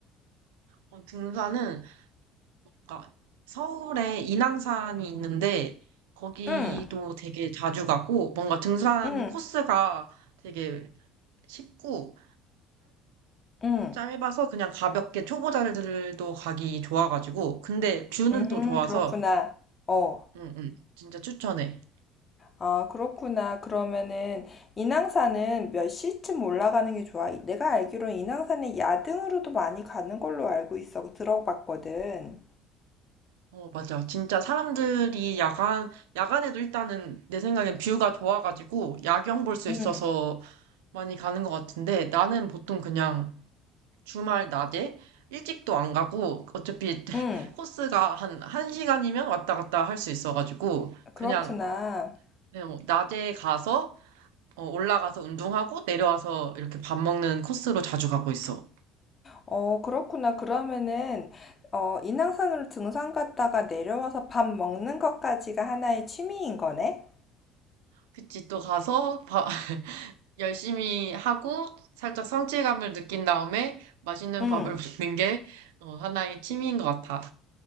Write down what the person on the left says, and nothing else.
응,
응,
응,
음,
그렇구나. 어,
아, 그렇구나. 그러면은 인왕산은 몇 시쯤 올라가는 게 좋아? 내가 알기로 인왕산에 야등으로도 많이 가는 걸로 알고 있어. 들어봤거든.
응,
응,
그렇구나.
어, 그렇구나. 그러면은, 어, 인왕산으로 등산 갔다가 내려와서 밥 먹는 것까지가 하나의 취미인 거네?
응.